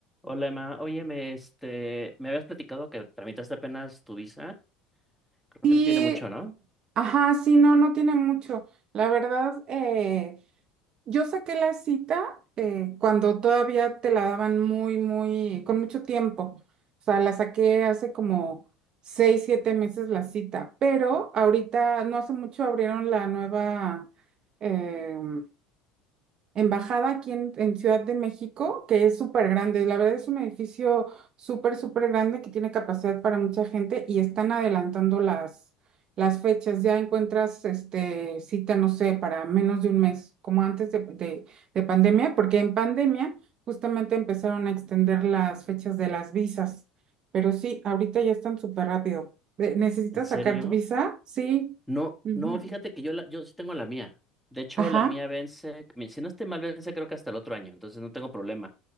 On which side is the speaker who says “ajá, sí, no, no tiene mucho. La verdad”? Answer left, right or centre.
Right